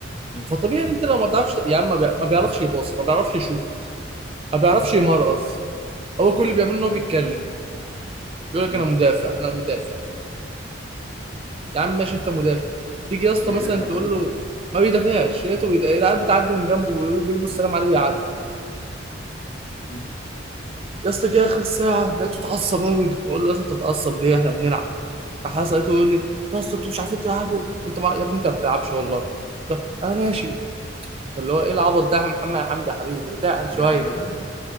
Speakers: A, on the left; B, on the right.
A: مم.
B: فطبيعي ان انت لو ما بتعرفش يا عم ما بي- ما بيعرفش يباص ما بيعرفش يشوط ما بيعرفش يمرقص هو كل اللي بيعمله ان هو بيتكلم يقول لك
A: اه
B: انا مدافع انا مدافع يا عم ماشي انت مدافع تيجي يا اسطى
A: بيدافع
B: مثلا تقول
A: طيب
B: له ما بيدافعش لقيته بيد... العيال بتعدي من جنبه ويقول له بيرموا السلام عليه بيعدي
A: مم.
B: يا اسطى جه اخر الساعه لقيته اتعصب قوي بقول له يا اسطى انت بتعصب ليه احنا بنلعب راح أسأل لقيته يقول لي يا اسطى انتوا مش عارفين تلعبوا انت مع... يا ابني انت ما بتلعبش والله لا، انا ماشي فاللي هو ايه العبط ده يا محمد يا حمدي يا حبيبي تعقل
A: ماشي
B: شويه
A: فعلا